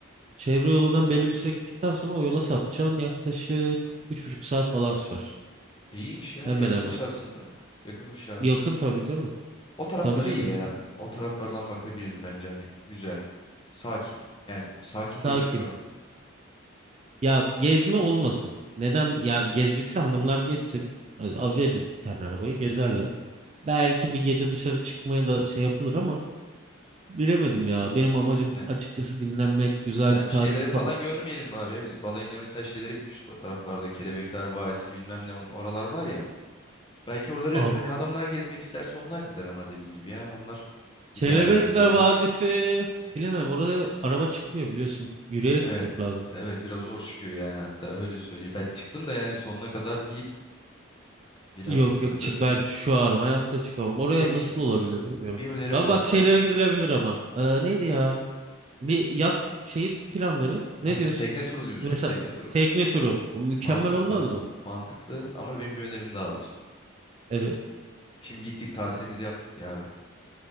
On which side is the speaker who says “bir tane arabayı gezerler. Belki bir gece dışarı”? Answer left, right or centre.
Right